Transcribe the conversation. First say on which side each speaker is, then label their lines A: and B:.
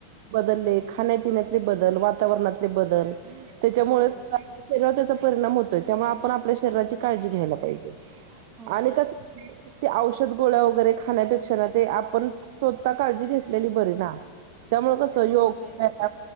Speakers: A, on the right; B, on the right.
A: बदलले. खाण्यापिण्यातले बदल वातावरणातले बदल त्याच्यामुळे
B: हो
A: शरीात त्याचा परिणाम होतोय. त्यामुळे आपण आपल्या शरीराची काळजी घ्यायला पाहिजे
B: हो
A: आणि कस. ते औषध गोळ्या वगैरे खाण्यापेक्षा ना ते आपण स्वतः काळजी घेत. ली बरी ना त्यामु कस योगमुळे.
B: हो तेच ना